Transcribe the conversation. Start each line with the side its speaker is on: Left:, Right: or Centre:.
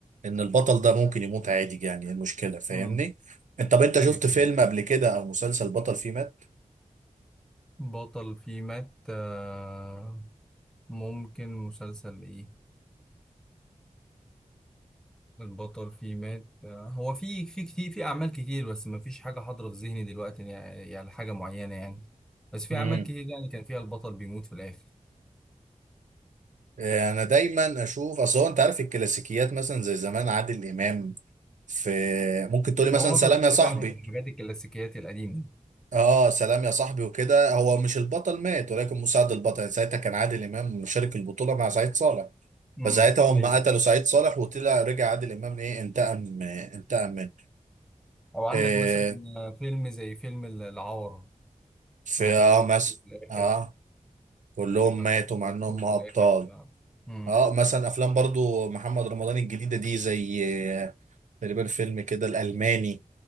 Right: إن البطل ده ممكن يموت عادي يعني إيه المشكلة فاهمني؟
Centre: مم.
Right: أنت طب أنت
Centre: أيوه
Right: شفت
Centre: أيوه.
Right: فيلم قبل كده أو مسلسل بطل فيه مات؟
Centre: بطل فيه مات آه، ممكن مسلسل إيه البطل فيه مات آه، هو في في كتير في اعمال كتير بس ما فيش حاجه حاضره في ذهني دلوقتي يعني يعني حاجه معينه يعني بس في
Right: مم.
Centre: اعمال كتير يعني كان فيها البطل بيموت في الاخر
Right: آه، انا دايما اشوف اصل هو انت عارف الكلاسيكيات مثلا زي زمان عادل امام في ممكن تقولي
Centre: ما
Right: مثلا
Centre: هو
Right: سلام
Centre: في الغالب
Right: يا صاحبي
Centre: يعني في الحاجات الكلاسيكيات القديمه
Right: اه سلام يا صاحبي وكده هو مش البطل مات ولكن مساعد البطل يعني ساعتها كان عادل امام مشارك البطوله مع سعيد صالح
Centre: امم
Right: فساعتها هم
Centre: ايوه
Right: قتلوا سعيد صالح وطلع رجع عادل امام ايه انتقم آه، انتقم منه
Centre: او عندك
Right: إيه
Centre: مثلا آه، فيلم زي فيلم ال- العار
Right: في
Centre: لما كلهم
Right: اه مثلا
Centre: في الاخر
Right: اه كلهم
Centre: لما
Right: ماتوا
Centre: موتوا
Right: مع انهم
Centre: نفسهم في
Right: ابطال
Centre: الاخر ف- امم
Right: اه مثلا افلام برضو محمد رمضان الجديده دي زي آه، تقريبا فيلم كده الالماني